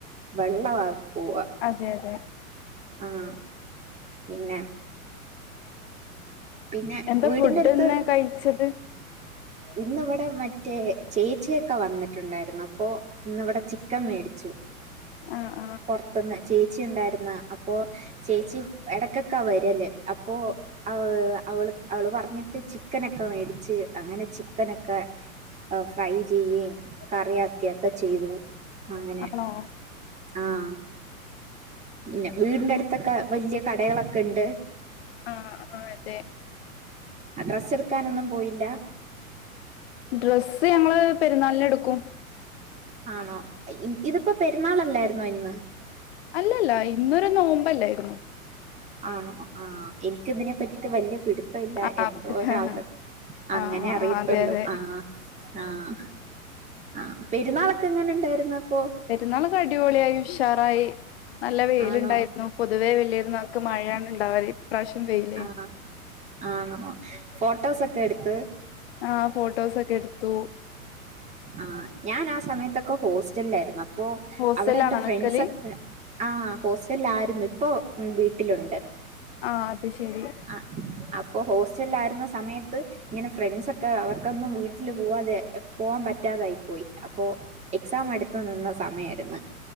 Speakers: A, on the right (about 15°); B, on the left (about 45°).
A: വെള്ളവ പോവാ.
B: അതെ അതെ
A: ആഹ്. പിന്നെ- പിന്നെ
B: എന്താ
A: വീടിന്റെ
B: ഫുഡ്ന്ന്
A: അടുത്ത്
B: കഴിച്ചത്?
A: ഇന്നിവിടെ മറ്റേ ചേച്ചിയൊക്കെ വന്നിട്ടുണ്ടായിരുന്നു അപ്പോ ഇന്ന് ഇവിടെ ചിക്കൻ മേടിച്ചു.
B: ആഹ് ആഹ്.
A: പൊർത്ത്ന്ന് ചേച്ചി ഉണ്ടായിരുന്ന് അപ്പൊ ചേച്ചി ഇടക്കൊക്കാ വരല് അപ്പോ ഔഅ അവൾ അവള് പറഞ്ഞിട്ട് ചിക്കനൊക്കെ മേടിച്ച് അങ്ങനെ ചിക്കനൊക്കെ ഫ്രൈ ചെയ്യുകയും കറിയാക്കുക ഒക്കെ ചെയ്തു അങ്ങനെ
B: ആണോ
A: ആഹ്. ഇല്ല വീടിന്റെ അടുത്തൊക്കെ വലിയ കടേകളൊക്കെണ്ട്.
B: ആഹ് ആ അതെ-
A: ഡ്രെസ്സ് എടുക്കാനൊന്നും പോയില്ല?
B: ഡ്രസ്സ് ഞങ്ങള് പെരുന്നാളിന് എടുക്കും.
A: ആണോ ഇതിപ്പോ പെരുന്നാളല്ലായിരുന്നോ ഇന്ന്?
B: അല്ലല്ല ഇന്നൊര് നോമ്പല്ലായിരുന്നു.
A: ആണോ ആഹ് ഇനിക്ക് ഇതിനെ പറ്റിട്ട് വലിയ പിടുത് ത്തവില്ല
B: ആഹ്
A: എന്തോരവധി
B: ആഹ്
A: അങ്ങനെ
B: ആഹ്
A: അറിയത്തുള്ളൂ
B: അതെ അതെ
A: ആഹ്. ആഹ് ആഹ് പെരുന്നാളൊക്കെ എങ്ങനെണ്ടായിരുന്നു അപ്പൊ?
B: പെരുന്നാളൊക്കെ അടിപൊളിയായി ഉഷാറായി നല്ല വെയിലുണ്ടായി.
A: ആണോ
B: പൊതുവേ വലിയി പെരുന്നാൾക്ക് മഴയാണ് ണ്ടാവല് ഇപ്രാവശ്യം വെയില്
A: ആഹ് ആണോ ഫോട്ടോസൊക്കെ എടുത്ത്-
B: ആഹ് ഫോട്ടോസൊക്കെ എടുത്തു.
A: ആഹ് ഞാൻ ആ സമയത്തൊക്കെ ഹോസ്റ്റലിലായിരുന്നു അപ്പോ
B: ഹോസ്റ്റലിലാണോ
A: അവിടെ എൻറെ ഫ്രണ്ട്സ്
B: നിക്കല്
A: ഒക്കെ ആഹ് ഹോസ്റ്റല ആയിരുന്നു ഇപ്പൊ വീട്ടിലൊണ്ട്.
B: ആഹ് അത് ശരി.
A: ആഹ് അപ്പോ ഹോസ്റ്റലിൽ ആയിരുന്ന സമയത്ത് ഇങ്ങനെ ഫ്രണ്ട്സൊക്കെ അവർക്കൊന്നും വീ വീട്ടില് പോവാതെ പോവാൻ പറ്റാതായി പോയി അപ്പോ എക്സാം അടുത്തു നിന്ന സമയായിരുന്നു